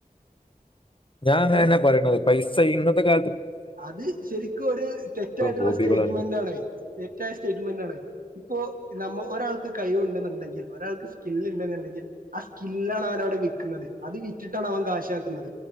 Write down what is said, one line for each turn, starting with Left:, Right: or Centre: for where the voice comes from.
Left: ഞാൻങ്ങന്നെ
Right: ഏ
Left: പറയുന്നത് പൈസ സ ഇന്നത്തെ കാ
Right: അത് ശരിക്കും ഒരു തെറ്റായിട്ടുള്ള
Left: ഹോബികളും
Right: സ്റ്റേറ്റ്മെന്റ് ആണ് തെറ്റായ സ്റ്റേറ്റ്മെന്റാണ് ഇപ്പോ നമ്മ ഒരാൾക്ക് കയിവുണ്ടെന്നുണ്ടെങ്കിൽ ഒരാൾക്ക് സ്കില് ഇണ്ടെന്നുണ്ടെങ്കിൽ ആ സ്കില്ലാണ് അവൻ അവിടെ വിക്കുന്നത് അത് വിറ്റിട്ടാണ് അവൻ കാശാക്കുന്നത്